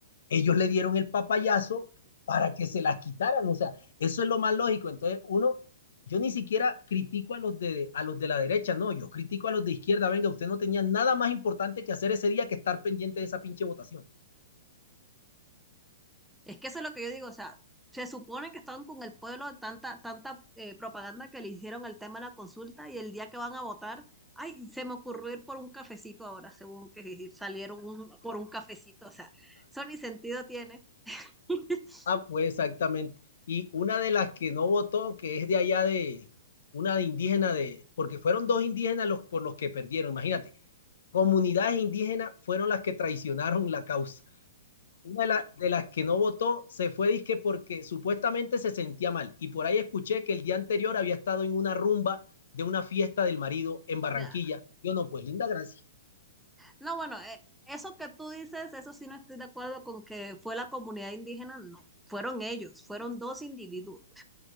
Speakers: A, on the left; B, in the centre.
A: Ellos le dieron el papayazo para que se las quitaran. O sea, eso es lo más lógico. Entonces, uno, yo ni siquiera critico a los de, a los de la derecha, no, yo critico a los de izquierda. Venga, usted no tenía nada más importante que hacer ese día que estar pendiente de esa pinche votación.
B: Es que eso es lo que yo digo, o sea, se supone que estaban con el pueblo de tanta, tanta eh, propaganda que le hicieron al tema de la consulta y el día que van a votar, ay, se me ocurrió ir por un cafecito ahora, según que salieron un- por un cafecito, o sea, eso ni sentido tiene. <laughs>
A: Ah, pues exactamente. Y una de las que no votó, que es de allá de una de indígena de, porque fueron dos indígenas los por los que perdieron, imagínate. Comunidades indígenas fueron las que traicionaron la causa. Una de, la- de las que no votó se fue disque porque supuestamente se sentía mal. Y por ahí escuché que el día anterior había estado en una rumba de una fiesta del marido en Barranquilla.
B: Ya.
A: Yo no, pues linda gracia.
B: No, bueno, eh, eso que tú dices, eso sí no estoy de acuerdo con que fue la comunidad indígena, no, fueron ellos, fueron dos individuos